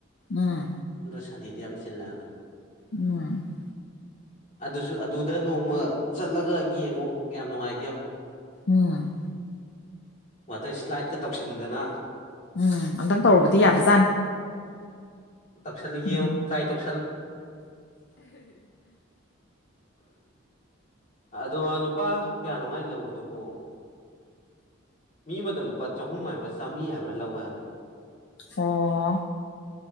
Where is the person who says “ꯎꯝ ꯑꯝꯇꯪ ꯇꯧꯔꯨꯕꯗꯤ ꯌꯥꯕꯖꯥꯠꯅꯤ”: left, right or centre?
Left